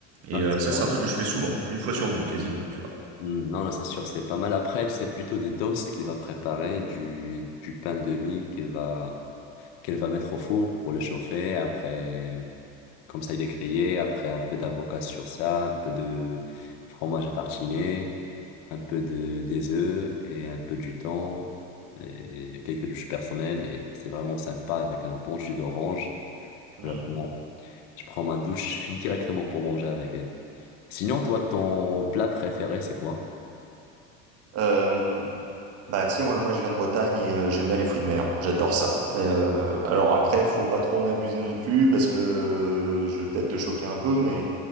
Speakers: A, on the right (about 55°); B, on the left (about 80°).
A: Et
B: <laughs>
A: euh, ça, c'est un truc que je fais souvent, une fois sur deux, quasiment, tu vois.
B: Hmm, Non, non, c'est sûr, c'est pas mal. Après, elle, c'est plutôt des toasts qu'il va préparer, du, du pain de mie qu'il va, qu'elle va mettre au four pour le chauffer. Après, comme ça, il est grillé. Après, un peu d'avocat sur ça, un peu de fromage à tartiner, un peu de, des œufs et un peu du thon et quelques douches personnelles. Et c'est vraiment sympa avec un bon jus d'orange. Tu
A: Hmm.
B: peux vraiment- Je prends ma douche, je file directement pour manger avec elle. Sinon, toi, ton plat préféré, c'est quoi?
A: Euh, bah, tu sais, moi, moi, je viens de Bretagne et euh, j'aime bien les fruits de mer. J'adore ça. Et, Euh, alors après, faut pas trop en abuser non plus parce que je vais peut-être te choquer un peu, mais